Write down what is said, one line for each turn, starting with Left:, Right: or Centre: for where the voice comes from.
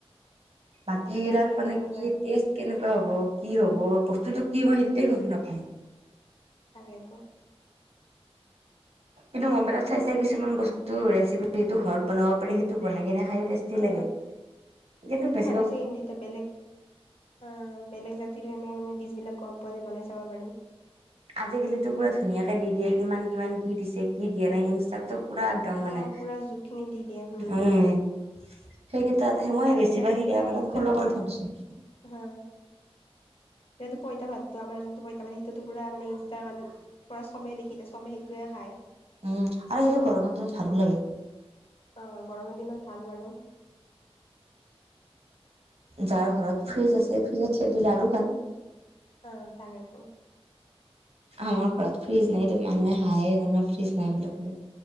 Right: বাকী এইবিলাক
Left: তাৰ বাহিৰে
Right: মানে
Left: ইমান
Right: <unintelligible>
Left: নাই
Right: কেনেকুৱা হ'ব কি হ'ব বস্তুটো কি মই সেইটোৱে গম নাপাওঁ
Left: তাকেতো
Right: কিন্তু মোবাইলত চাই চাই কিছুমান বস্তু ৰেচিপি যিটো ঘৰত বনাব পাৰে সেইটো বনাই কিনে খায় পাইছো টেষ্টি
Left: অ
Right: লাগে কিন্তু
Left: সেইটো
Right: বেছি
Left: ভাল হৈছে হিন্দীটা বেলেগ অ বেলেগ জাতিৰো এনেকে মানে ডিছ বিলাক গম পোৱা যে বনাইছে যাব পাৰি
Right: আজিকালিতো পুৰা ধুনীয়াকে দি দিয়ে কিমান কিমান কি দিছে কি দিয়া নাই ইনষ্টাতটো পুৰা একদম
Left: অ
Right: মানে
Left: পুৰা জোখখিনি দি দিয়ে হম
Right: উম সেইকেইটাতহে মই
Left: আৰু
Right: বেছিভাগ
Left: এতিয়াতো
Right: সেইকেইটা
Left: পুৰা
Right: মানে
Left: ইনষ্টাৰ
Right: ফ্ল'
Left: কাৰণে
Right: কৰি থৈছো
Left: হা সেইটো পইতা ভাতটো আমাৰ যোনটো পইতা ভাত সেইটোটো পুৰা মানে ইনষ্টাগ্ৰাম পৰা চবে দেখি এতিয়া চবে সেইটোৱে খায়
Right: উম আৰু সেইটো গৰমত ভালো লাগে
Left: অ গৰমৰ দিনত ভাল বাৰু।
Right: যাৰ ঘৰত ফ্ৰিজ আছে, ফ্ৰিজত থৈ দিলে আৰু ভাল।
Left: অ তাকেতো।
Right: আমাৰ ঘৰত ফ্ৰিজ নাই এতিয়া মানুহে হাহে জান ফ্ৰিজ নাই বুলি ক'লে।